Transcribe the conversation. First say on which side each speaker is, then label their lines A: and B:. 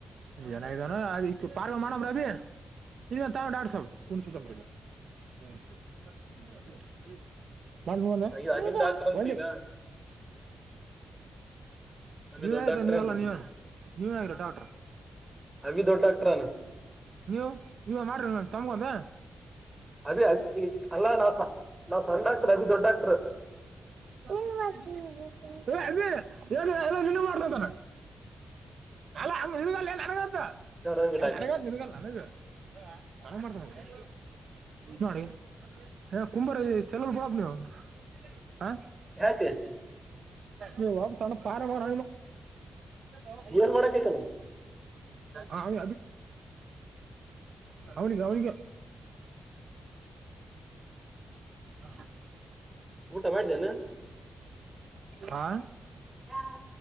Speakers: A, on the right (about 70°); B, on the right (about 15°).
A: ಏನಾಗಿದ್ದಾನ ಅ ಪಾರ್ವೆ ಮಾಡಮ ರ ಅಬೀ ಇ ತಡ್ಸ ಕುಣ ಚ್ರ ಹ್ಮ ಒಂದು
B: ಈಗ
A: ಹ್ಮ
B: ಅಭಿನ್ ಡಾಕ್ಟರ್ ಅಂತ ಈಗ ಅಭಿ
A: ನೀವ
B: ದೊಡ್ಡ
A: ಆಯತಾ
B: ಡಾಕ್ಟರ್
A: ನೀವೆಲ್ಲಾ
B: ಅಂತ ಈಗ.
A: ನೀವೇ ನೀವೇ ಆಗರ ಡಾಕ್ಟರ್
B: ಅಭಿ ದೊಡ್ಡ ಡಾಕ್ಟ್ರನು
A: ನೀವು ನೀವ ಮಾಡ್ರಿ ತಮಗೋದ
B: ಅದಿ ಅ ಅಲ್ಲ ನಾ ನಾವು ಸಂದಾತ ಅಭಿ ದೊಡ್ಡ ಡಾಕ್ಟರ್
A: ಇ ಮಾಡ ಅ ಏನು ನಿ ಮಾಡತ ಅಲ್ಲನ ನನಗಾದ
B: ನಂಗೆ ಟಾಕಿ
A: ನನ್ಗಲ್ಲ ನನಗ ನನ್ ಮಾಡ್ತೇನೆ ನೋಡಿ ಹ ಕುಂಬಾರ ಚಲೋಲ್ ಬಡಬ್ ನೀವು್ ಹ
B: ಯಾಕೆ
A: ನೀವುಾ್ಣ ಪಾರ ಮಾಡ ಚಲ ಹ
B: ಏನ್ ಮಾಡಕೈತಲ್ಲ
A: ಅ ಅಗ ಅವನ ಅವನಿಕ ಹ
B: ಊಟ ಮಾಡಿದ್ದೇನೆ
A: ಹಾ
B: ಹ